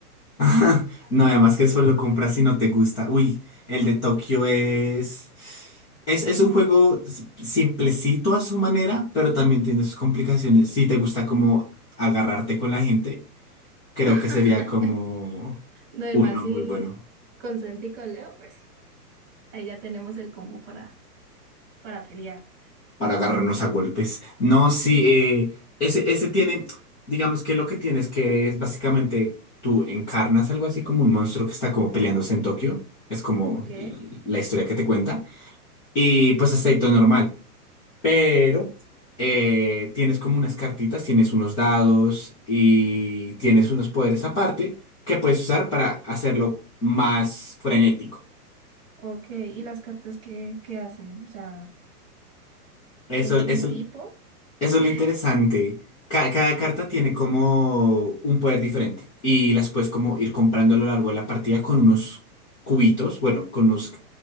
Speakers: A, in the centre; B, on the right.
A: <laughs> no, además que eso lo compras si no te gusta. Uy, el de Tokio es... Es, es un juego s- simplecito a su manera, pero también tiene sus complicaciones. Si te gusta como agarrarte con la gente, creo
B: <laughs>
A: que sería como
B: No,
A: uno
B: y más si
A: muy bueno.
B: con Santi y con Leo, pues ahí ya tenemos el combo para, para pelear.
A: para agarrarnos a golpes. No,
B: Sí,
A: sí, eh, ese, ese tiene, digamos que lo que tienes que es básicamente tú encarnas algo así como un monstruo que está como peleándose en Tokio. Es como
B: ok,
A: l- la historia que te cuenta. Y pues hasta ahí todo normal. Pero eh, tienes como unas cartitas, tienes unos dados y tienes unos poderes aparte que puedes usar para hacerlo más frenético.
B: ok, ¿y las cartas qué, qué hacen? O sea,
A: Eso,
B: ¿son de algún
A: eso
B: tipo?
A: Eso
B: <laughs>
A: es lo interesante. Ca- cada carta tiene como un poder diferente y las puedes como ir comprando a lo largo de la partida con unos cubitos, bueno, con unos